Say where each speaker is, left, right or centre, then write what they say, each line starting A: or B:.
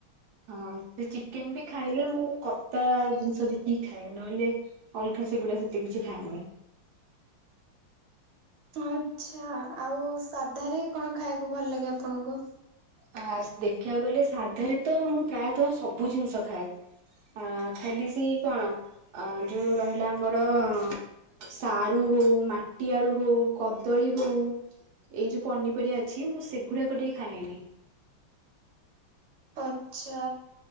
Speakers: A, on the right; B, on the right.
A: ହଁ ସେ ଚିକେନ ବି ଖାଇଲେ ମୁଁ କତା ଜିନିଷ ଦେଖିକି ଖାଏ ନହେଲେ ଅଲଗା ସେଗୁଡା ସେତେ କିଛି ଖାଏନି।
B: ଆଛା ଆଉ ସାଧାରେ କଣ ଖାଇବାକୁ ଭଲ ଲାଗେ ଆପଣଙ୍କୁ।
A: ଆ ଦେଖିବାକୁ ଗଲେ ସାଧାରେ ତ ମୁଁ ପ୍ରାୟତଃ ସବୁ ଜିନିଷ ଖାଏ। ଆଁ ଖାଲି ସେଇ କଣ ଅ ଯୋଉ ରହିଲା ଆମର ସାରୁ ହଉ ମାଟି ଆଳୁ ହଉ କଦଳୀ ହଉ। ଏଇ ଯୋଉ ପନିପରିବା ଅଛି ମୁଁ ସେଗୁଡାକ ଟିକେ ଖାଏନି।
B: ଆଛା